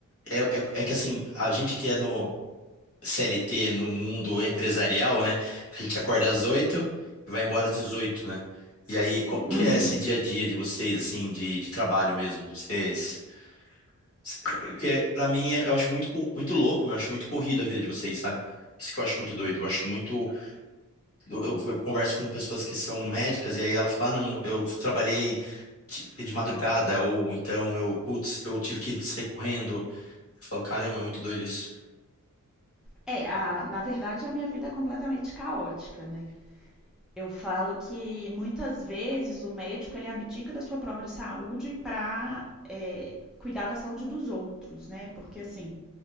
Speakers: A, on the left (about 45°); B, in the centre.
A: É, é, é que assim, a gente que é CLT no mundo empresarial, né? A gente acorda às 8 e vai embora às 18, né? E aí, como que
B: uhum.
A: é esse dia a dia de vocês, assim, de, de trabalho mesmo? Vocês, cê- porque pra mim é- eu acho muito, co- muito louco, meu, eu acho muito corrido a vida de vocês, sabe? Isso que eu acho muito doido. Eu acho muito. Eu, eu- eu converso com pessoas que são médicas e aí ela fala, ah, não, eu trabalhei de de madrugada, ou então eu, putz, eu tive que sair correndo. Eu falo, caramba, é muito doido isso.
B: É, a, na verdade, a minha vida é completamente caótica, né? Eu falo que muitas vezes o médico ele abdica da sua própria saúde para cuidar da saúde dos outros, né? Porque assim,